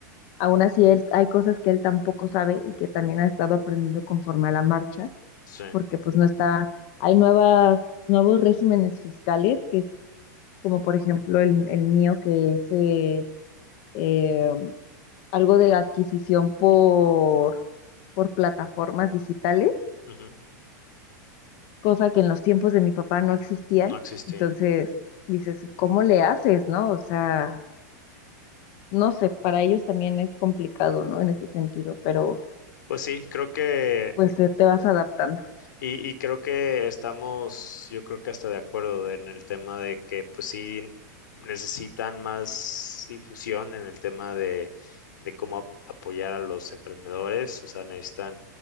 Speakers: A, on the left; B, on the left.
A: Aún así, él, hay cosas que él tampoco sabe y que también ha estado aprendiendo conforme a la marcha,
B: sí,
A: porque pues no está, hay nuevas, nuevos regímenes fiscales, que es como por ejemplo el, el mío, que es eh, eh, algo de adquisición por, por plataformas digitales,
B: ujú,
A: cosa que en los tiempos de mi papá no existían.
B: No existían.
A: Entonces, dices, ¿cómo le haces, no? O sea, no sé, para ellos también es complicado, ¿no? En ese sentido, pero
B: Pues sí, creo que
A: pues
B: eh,
A: eh, te vas adaptando.
B: Y, y creo que estamos, yo creo que hasta de acuerdo en el tema de que pues sí necesitan más difusión en el tema de, de cómo ap- apoyar a los emprendedores, o sea, necesitan